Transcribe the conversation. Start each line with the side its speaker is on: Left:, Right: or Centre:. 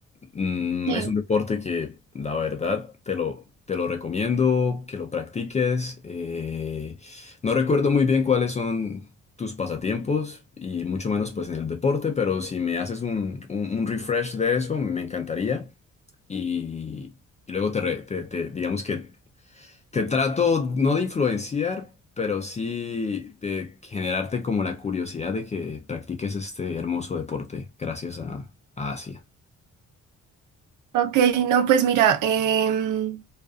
Left: Mm,
Right: sí.
Left: es un deporte que, la verdad, te lo, te lo recomiendo, que lo practiques. Eh, no recuerdo muy bien cuáles son tus pasatiempos y mucho menos pues en el deporte, pero si me haces un, un- un refresh de eso, me encantaría. Y, y luego te, re- te- te- digamos que te trato no de influenciar, pero sí de generarte como la curiosidad de que practiques este hermoso deporte gracias a, a Asia.
Right: Ok, no, pues mira, em,